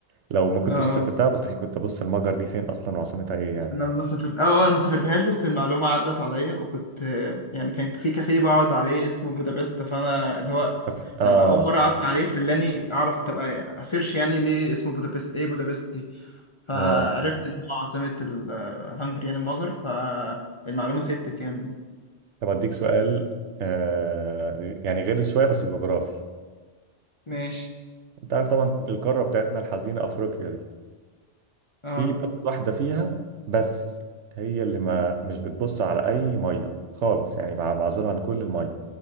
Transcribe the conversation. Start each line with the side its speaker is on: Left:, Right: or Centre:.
Right: لو ما كنتش
Left: اه
Right: سافرتها مستحيل كنت أبص المجر دي فين أصلا وعاصمتها إيه يعني
Left: انا ما سافرت اه آه، انا ما سافرتهاش بس المعلومه عدت عليا وكنت آه، يعني كان في كافيه بقعد عليه اسمه بودابست فانا اللي هو
Right: فف... اه
Left: لما اول مره قعدت عليه خلاني اعرف طب اسيرش يعني ليه اسمه بودابست ايه بودابست دي. فعرفت
Right: اه
Left: ان هو عاصمة الهنجري يعني المجر فالمعلومة ثبتت يعني
Right: طب أديك سؤال آه يعني غير شوية بس جغرافي
Left: ماشي
Right: أنت عارف طبعا القارة بتاعتنا الحزينة أفريقيا دي في
Left: اه
Right: بلد واحدة فيها بس هي اللي ما مش بتبص على أي مية خالص يعني مع- معزولة عن كل المية